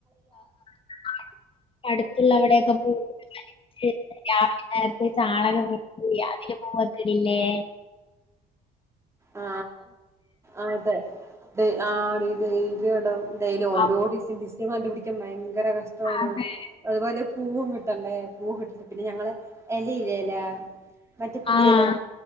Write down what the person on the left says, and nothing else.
<inaudible> അടുത്തുള്ള അവിടെൊക്കെ പൂക്കൾ രാവിലെ നേർത്ത ചാണകം പോ അതില് പൂവത്തിടില്ലേ
അപ്
അതെ
ആഹ്